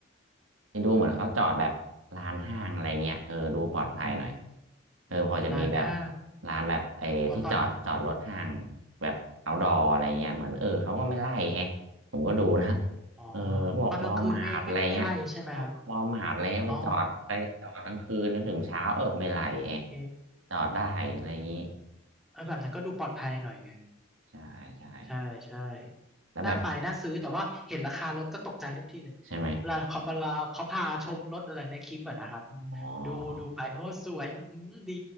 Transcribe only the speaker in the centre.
ลานห้าง
กลัวตอน
อ๋อ
ตอนกลางคืนไม่ไม่ไม่ไล่ใช่ไหมครับ
อ๋อโอเค
เออแบบนั้นก็ดูปลอดภัยหน่อยนึง
ใช่ใช่
น่าไปน่าซื้อแต่ว่าเห็นราคารถก็ตกใจทุกทีเลยเวลาเขาเวลาเขาพาชมรถอะไรในคลิปอะนะครับ
ดูดูไปโอ้สวยอือหือดี